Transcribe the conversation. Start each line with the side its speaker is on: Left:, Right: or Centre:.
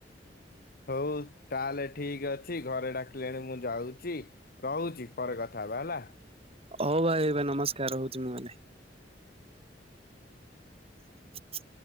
Left: ହଉ ତାହେଲେ ଠିକ ଅଛି ଘରେ ଡାକିଲେଣି ମୁଁ ଯାଉଛି। ରହୁଛି ପରେ କଥା ହେବା ହେଲା।
Right: ହଉ ଭାଇ ଏବେ ନମସ୍କାର ହଉଛି ମୁଁ କଲି <inaudible>